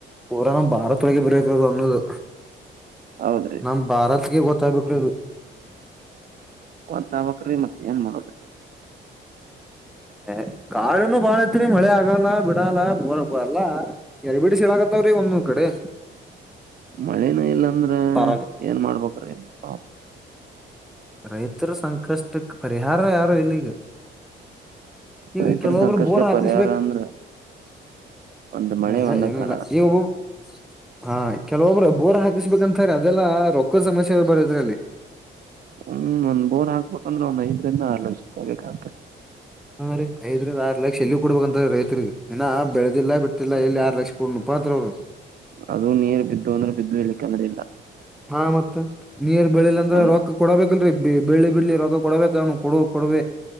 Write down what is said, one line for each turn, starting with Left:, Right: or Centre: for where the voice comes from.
Centre: ಪೂರ ನಮ್ಮ ಭಾರತ ಒಳಗೆ ಬರಬೇಕರೋದು ಅನ್ನೋದು
Right: ಹೌದ್ರಿ
Centre: ನಮ್ ಭಾರತ್ಗೆ ಗೊತ್ತಾಗಬೇಕದು
Right: ಹ ಅಂತ ಅವಕ್ರೀ ಮತ್ತೆ ಏನ್ ಮಾಡೋದೆ
Centre: ಹ ಕಾಡನು ಬಾಳಐತ್ರಿ ಮಳೆ ಆಗಲ್ಲ ಬಿಡಲ್ಲ ಬೋರ್ಬ್ಬ ಅಲ್ಲ ಎರಿ ಬಿಡ್ ಶೀಳಾಗತ್ತ ಮ್ರೆ ಒಂದೊ ಕಡೆ
Right: ಮಳೆನೂ ಇಲ್ಲಾಂದ್ರೆ
Centre: ಪರಾಗ
Right: ಏನ್ ಮಾಡ್ಬೇಕ್ರೀ ಪ್
Centre: ರೈತರ ಸಂಕಷ್ಟಕ್ಕೆ ಪರಿಹಾರ ಯಾರು ಇಲ್ಲಿಗ ಈಗ
Right: ರೈತರ
Centre: ಕೆಲವೊಬ್ರು
Right: ಸಂಕಷ್ಟ
Centre: ಬೋರ್ ಹಾಕಿಸಬೇಕ
Right: ಪರಿಹಾರ ಅಂದ್ರ ಒಂದ್ ಮಳೆ
Centre: ಹ ಹ
Right: ಒಂದ
Centre: ಏನ
Right: ಕಾರಣ
Centre: ಇಲ್ಲ ಈ ಒಬ್ಬೊ ಹಾ ಕೆಲವೊಬ್ರು ಬೋರ್ ಹಾಕಿಸ್ಬೇಕಂತಾರೆ ಅದೆಲ್ಲಾ ರೊಕ್ಕದ ಸಮಸ್ಯೆ ಬರದ್ರ ಅಲ್ಲಿ
Right: ಹ್ಮ್ ಒಂದ್ ಬೋರ್ ಹಾಕ್ಬೋಂದ್ರೆ ಒಂದ್ ಐದರಿಂದ ಆರು ಲಷ ರೂಪಾಯಿ ಬೇಕಾಗ್ತದೆ
Centre: ಹಾ ರರಿ ಐದರಿಂದ ಆರ್ ಲಕ್ಷ ಎಲ್ಲಿ ಕೊಡ್ಬೇಕ ಅಂತ ರೈತ್ರಿರಿಗೆ ಏನ ಬೆಳೆದಿಲ್ಲ ಬಿಟ್ಟಿಲ್ಲ ಎಲ್ಲಿ ಆರ್ ಲಕ್ಷ ಕ ಕೊಡ ಪಂರೂ ರ
Right: ಅದು ನೀರ್ ಬಿದ್ದು ಅಂದ್ರೆ ಬಿದ್ದು ಇಲಿಕ್ಕೆಂದ್ರೆ ಇಲ್ಲ
Centre: ಹಾ ಮತ್ತೆ ನೀರ್ ಬೆಳಿಲ್ಲ ಅಂದ್ರೆ
Right: ಹೌದ್ರ
Centre: ರೊಕ್ ಕೊಡಬೇಕಲ್ರರಿ ಬೆಳ್ಳಿ ಬೆಳ್ಳಿ ರೋಗ ಕೊಡಬೇಕನು ಕೊಡ ಕೊಡುವ